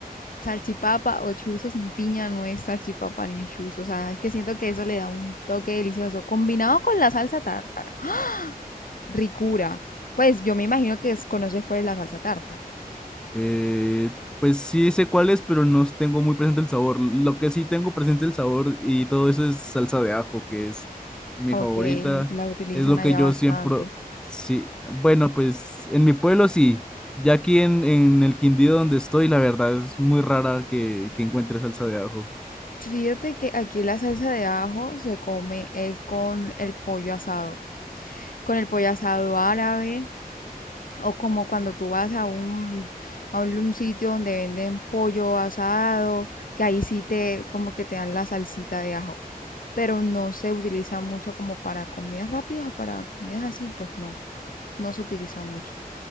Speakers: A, on the left (about 65°); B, in the centre.
A: salchipapa o chuzo sin piña no es salchipapa ni chuzo. O sea, es que siento que eso le da un toque delicioso, combinado con la salsa tártara. ¡Ah! Ricura. Pues yo me imagino que es- conoces cuál es la salsa tártara.
B: Eh, pues sí sé cuál es, pero no tengo muy presente el sabor. Lo que sí tengo presente el sabor y todo eso es salsa de ajo, que es mi
A: Ok,
B: favorita.
A: la utilizan
B: Es lo
A: allá
B: que yo
A: bastante.
B: siempre... Sí, bueno, pues en mi pueblo sí. Ya aquí en, en el Quindío donde estoy, la verdad es muy rara que, que encuentre salsa de ajo.
A: Fíjate que aquí la salsa de ajo se come es con el pollo asado, con el pollo asado árabe o como cuando tú vas a un, a un, un sitio donde venden pollo asado, que ahí sí te como que te dan la salsita de ajo, pero no se utiliza mucho como para comidas rápidas o para comidas así, pues no, no se utiliza mucho.